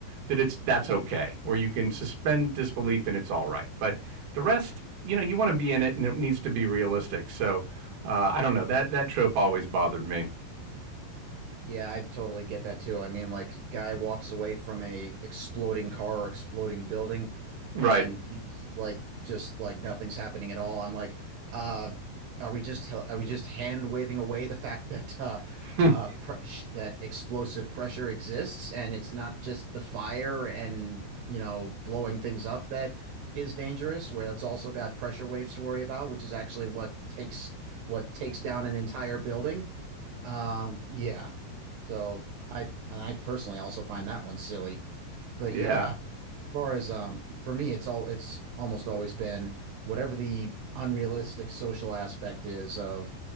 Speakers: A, on the right; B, on the right.
A: that it's that's okay, where you can suspend disbelief and it's all right. But the rest, you know, you want to be in it, and it needs to be realistic. So uh, I don't know that that trope always bothered me.
B: Yeah, I totally get that too. I mean, like, guy walks away from a exploding car or exploding building.
A: Right.
B: and he's like just like nothing's happening at all. I'm like, uh, are we just are we just hand waving away the fact that uh,
A: <laughs>
B: uh, pre that explosive pressure exists and it's not just the fire and you know blowing things up that is dangerous, where it's also got pressure waves to worry about, which is actually what takes what takes down an entire building. Um, yeah, so I I personally also find that one silly, but
A: yeah.
B: yeah far as um for me it's all it's almost always been whatever the unrealistic social aspect is of